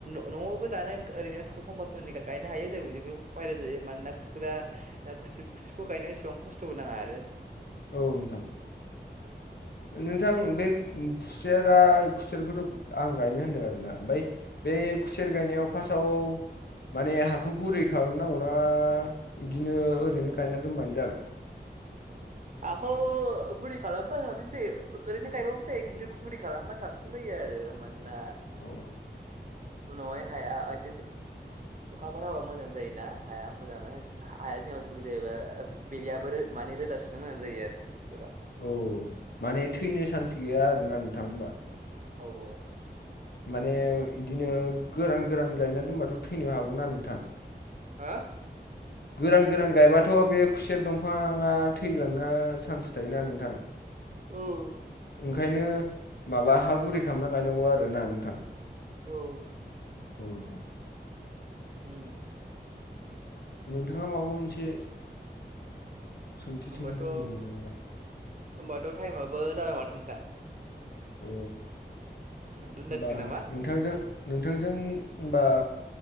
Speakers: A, on the right; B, on the left.
A: नआवबो जानो ओरैनो थाव थं फाथननि गायनो हायो जों बायरेल जायो मानोना खुस्रा खु खुसेरखौ गायनो एसेबां खस्थबो नाङा आरो
B: औ नोंथां नोंथां बे खुसेरा खुसेरखौथ आं गायनो होनदों आरोना ओमफ्राय बे खुसेर गायनायाव फार्स्टआव औ माने हाखौ गुरै खालामनांगौना बिदिनो ओरैनो गायना दोनबानो जागोन <unintelligible>
A: हाखौ गुरै खालामबा साबसिन जायो ओरैनो गायबाबो जायो खिन्थु गुरै खालामबा साबसिन जायो आरो आरो मानोना
B: अ
A: उनावाय हाया एसे अखाफोर हाबा मोजां जायोना हाया मोजां हाया गुरै जायोबा बेयाबो माने रोदा सुनो मोजां जायो आरो बिसबा
B: औ माने थैनो चान्स गैया आरोना नोंथां होनबा
A: औ औ
B: माने बिदिनो गोरान गोरान गायना दोनबाथ' थैनो हागौनाा नोंथां
A: हा
B: गोरान गोरान गायबाथ बे खुसेर दंफाङा थैलांना चान्स थायोना नोंथां
A: औ
B: ओंखायनो माबा हा गुरै खालामना गायनांगौ आरो ना नोंथां
A: औ
B: उम
A: उम
B: नोंथाङा माबा मोनसे सोंथि
A: होमबाथ'
B: सोंनो लुबैदोंमोन नामारा
A: होमबाथ' टाइमाबो जाबाय माथो नोंथां
B: अ
A: दोनजा
B: होमबा
A: सिगोन नामा
B: नोंथांजों नोंथांजों हबा